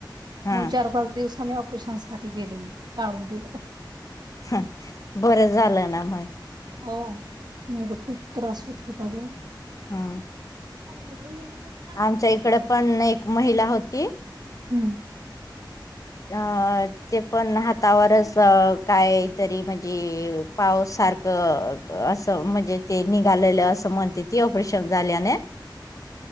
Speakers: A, on the left; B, on the right.
A: हा
B: मग चार पाच दिवसानी प्रशंसासाठी गेले मी काढून तुलं <unintelligible>
A: हां, बरं झालं ना म.
B: ह म तर खूप त्रास होत त ग
A: ह
B: अ <unintelligible>
A: आमच्या इकड पण एक महिला होती
B: हम्
A: अ ते पण हातावर
B: हम्म
A: काहीतरी म्हणजे पाऊस सारखं असं म्हणजे ते नि घालेलं असं म्हणते ती ऑपरेशन झाल्याने